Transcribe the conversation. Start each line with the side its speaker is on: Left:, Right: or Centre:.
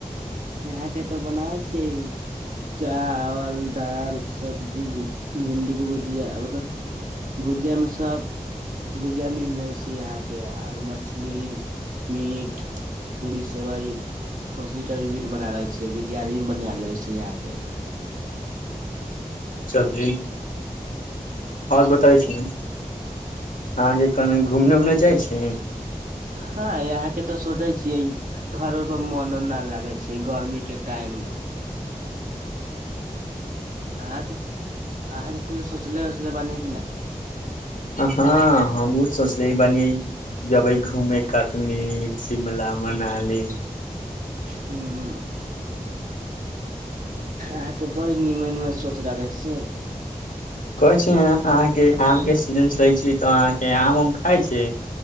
Right: یہاں کے تو بناوی چے چاول دال سبزی بھنڈی کی بھجیا مط بجیا میں سب بھجیا ن لی چ یہاں کے اور مچھلی میٹ پوری سیوائی کش کا بنا رہے چی بریانی بھی بنا رہوےی یہاں کے
Left: چل ج اور بتائی چ ہم ا کے کہیں گھومنے وومنے جائ سے
Right: ہاں یہاں کے تو سوچے چے گھروں پ من نہ لگے چ گرمی کے ٹائم میں ا کے آ کے کچھ سوچلے وچلے بنے کی نا
Left: ہاں ہم وہ سوچ لے بن ہی جبی گھوم کشمیر شملہ منالی
Right: ہوں ا کے بڑی نیمن نیمن سوچ رکھے چے
Left: کہ چ کے آم کے سیزن چ ل تو آ کے آم ہم کائے سے